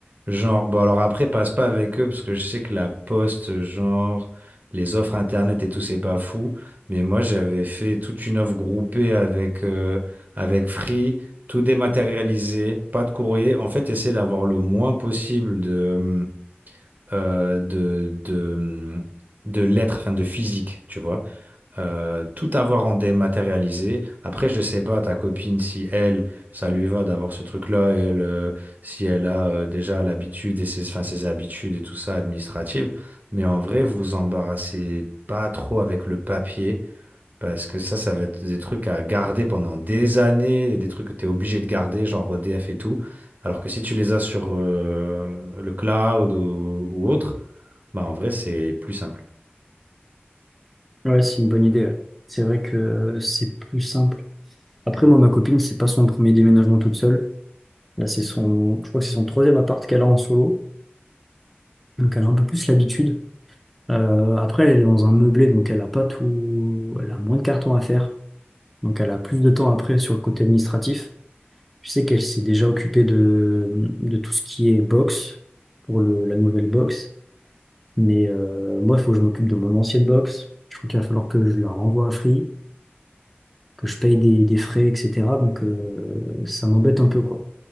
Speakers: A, on the right; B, in the centre.
A: Genre, bon, alors après, passe pas avec eux parce que je sais que la poste, genre, les offres internet et tout, c'est pas fou. Mais moi, j'avais fait toute une offre groupée avec, euh, avec Free, tout dématérialisé, pas de courrier. En fait, essaie d'avoir le moins possible de, euh, de, de, de lettres, enfin de physique, tu vois euh, tout avoir en dématérialisé. Après, je sais pas, ta copine, si elle, ça lui va d'avoir ce truc-là, et elle, euh, si elle a euh, déjà l'habitude et ses, enfin, ses habitudes et tout ça administratives. Mais en vrai, vous vous embarrassez pas trop avec le papier, parce que ça, ça va être des trucs à garder pendant des années, et des trucs que tu es obligé de garder, genre EDF et tout. Alors que si tu les as sur euh, le cloud ou, ou autre, bah en vrai, c'est plus simple.
B: Ouais, c'est une bonne idée. ouais. C'est vrai que euh, c'est plus simple. Après, moi, ma copine, c'est pas son premier déménagement toute seule. Là, c'est son, je crois que c'est son troisième appart qu'elle a en solo. Donc elle a un peu plus l'habitude. Euh, après, elle est dans un meublé, donc elle a pas tout. Elle a moins de cartons à faire. Donc elle a plus de temps après sur le côté administratif. Je sais qu'elle s'est déjà occupée de, de tout ce qui est box, pour le, la nouvelle box. Mais euh, moi, il faut que je m'occupe de mon ancienne box. Je crois qu'il va falloir que je la renvoie à Free, que je paye des, des frais, etc. Donc euh, ça m'embête un peu, quoi.